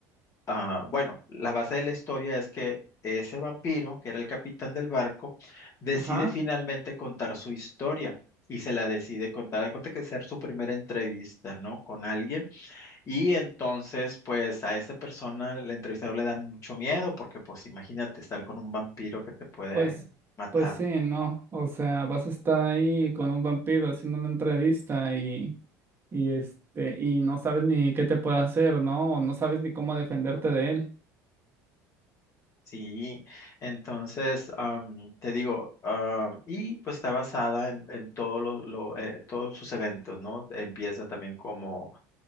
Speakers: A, on the left (about 40°); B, on the right (about 30°).
A: ah, bueno, la base de la historia es que ese vampiro, que era el capitán del barco, decide
B: Ajá.
A: finalmente contar su historia y se la decide contar. Da cuenta que ser su primera entrevista, ¿no? Con alguien y entonces, pues a esa persona, el entrevistador le da mucho miedo porque, pues imagínate estar con un vampiro que te puede
B: Pues,
A: matar.
B: pues sí, no. O sea, vas a estar ahí con un vampiro haciendo una entrevista y, y este, y no sabes ni qué te puede hacer, ¿no? O no sabes ni cómo defenderte de él.
A: Sí, entonces, am, te digo, ah, y pues está basada en, en todo lo- lo, eh, todos sus eventos, ¿no? Empieza también como,